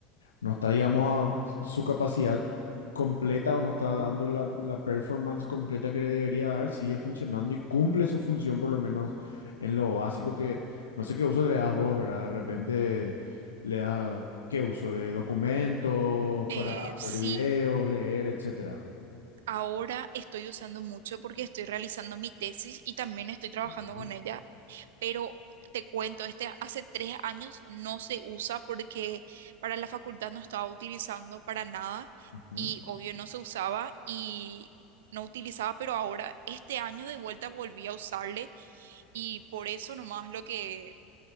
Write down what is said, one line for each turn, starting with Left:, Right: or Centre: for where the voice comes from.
Left: no está, digamos, a su capacidad completa o no está dando la, la performance completa que le debería dar, sigue funcionando y cumple su función por lo menos en lo básico que, no sé qué uso le das vos, ¿verdad? De repente le das, ¿qué uso? De documentos
Right: Eh,
Left: para
Right: sí,
Left: ver videos, leer, etcétera.
Right: ahora estoy usando mucho porque estoy realizando mi tesis y también estoy
Left: Ok.
Right: trabajando con ella pero te cuento, este hace tres años no se usa porque para la facultad no estaba utilizando para nada
Left: Ujú.
Right: y obvio no se usaba y no utilizaba, pero ahora este año de vuelta volví a usarle y por eso nomás lo que,